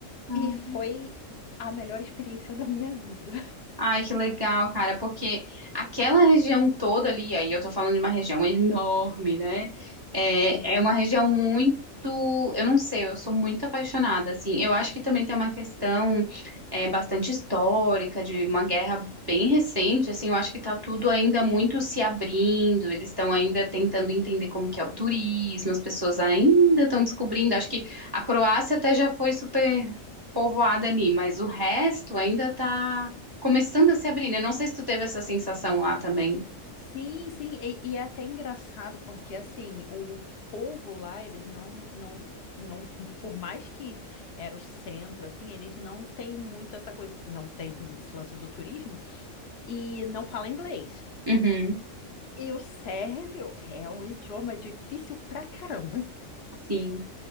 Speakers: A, on the right; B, on the left.
A: Ah.
B: E foi a melhor experiência da minha vida.
A: Ai, que legal, cara, porque aquela região toda ali, aí eu tô falando de uma região enorme, né? É,
B: Sim,
A: é uma região muito, eu não sei, eu sou muito apaixonada, assim. Eu acho que também tem uma questão é, bastante histórica, de uma guerra bem recente, assim, eu acho que tá tudo ainda muito
B: sim.
A: se abrindo, eles estão ainda tentando entender como que é o turismo, as pessoas ainda estão descobrindo, acho que a Croácia até já foi super povoada ali, mas o resto ainda tá começando a se abrir, né? Não sei se tu teve essa sensação lá também.
B: Sim, sim, e, e é até engraçado porque assim, o povo lá, eles não, não, não, por mais que era o centro, assim, eles não têm muito essa coisa, não tem esse esse lance do turismo e não fala inglês.
A: Uhum,
B: E o sérvio é um idioma difícil pra caramba.
A: sim.